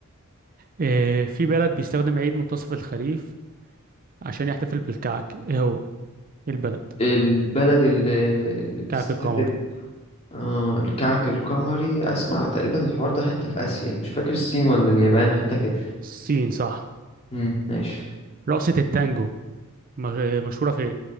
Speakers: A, on the right; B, on the left.
A: إيه في بلد بيستخدم عيد منتصف الخريف عشان يحتفل بالكعك ايه هو إيه البلد
B: البلد اللي, اللي بتستخدم
A: كعك القمري
B: آه الكعك القمري أسمع تقريبا الحوار ده حتة في آسيا مش فاكر الصين ولا اليابان حتة كده
A: الصين صح
B: مم. ماشي
A: رقصة التانجو مغ- مشهورة فين